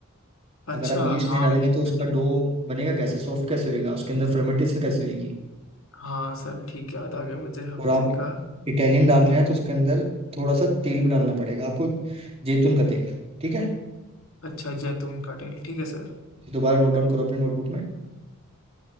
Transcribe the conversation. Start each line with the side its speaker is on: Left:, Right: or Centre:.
Right: अगर
Left: अच्छा
Right: आप यीस्ट
Left: हाँ
Right: नहीं डालेंगे
Left: ठीक
Right: तो उसका
Left: है ठीक
Right: डो बनेगा कैसे सॉफ्ट कैसे होएगा उसके अंदर फर्मेंटेशन कैसे होगी
Left: हाँ सर ठीक है, याद आ गया मुझे आपने
Right: और आप
Left: सही कहा
Right: इटालियन डाल रहे हैं तो उसके अंदर थोड़ा सा तेल भी डालना पड़ेगा आपको जैतून का तेल ठीक है
Left: अच्छा जैतून का तेल ठीक है सर
Right: दोबारा नोट डाउन करो अपने नोटबुक में